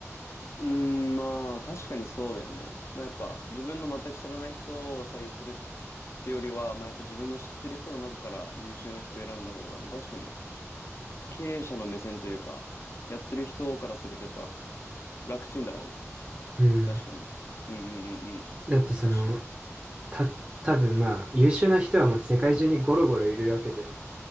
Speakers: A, on the left; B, on the right.
A: うーん、まあ、確かにそうだよね。まあ、やっぱ、自分の全く知らない人を採用するってよりは、まあ、やっぱ自分の知ってる人の中から優秀な人を選んだ方が、まあ、確かに、経営者の目線というか、やってる人からするとやっぱ、楽ちんだろうね。
B: うん。
A: 確かにね。うんうんうんうん。
B: だってその、
A: 確かに。
B: た、多分まあ、優秀な人はもう世界中にゴロゴロいるわけで、